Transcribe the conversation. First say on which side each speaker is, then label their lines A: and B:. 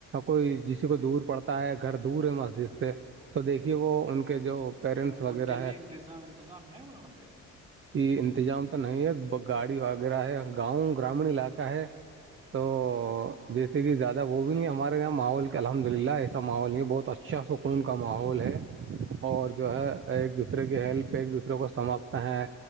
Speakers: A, on the right (about 40°); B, on the right (about 20°).
A: کوئی جسی کو دور پڑتا ہے گھر دور ہے مسجد سے تو دیکھیے وہ ان کے جو پیرنٹس وغیرہ
B: ان کے لیے
A: ہے
B: انتظام انتظام ہے وہاں پہ
A: کی انتظام تو نہیں ہے گاڑی وغیرہ ہے گاؤں گرامین علاقہ ہے تو
B: ہاں ہاں
A: جیسے کہ زیادہ وہ بھی نہیں ہمارے یہاں ماحول کے الحد الحمد للہ ایسا ماحول نہیں بہت اچھا سکون کا ماحول ہے اور جو ہے ایک دوسرے کی ہیلپ ایک دوسرے کو سماھتے ہے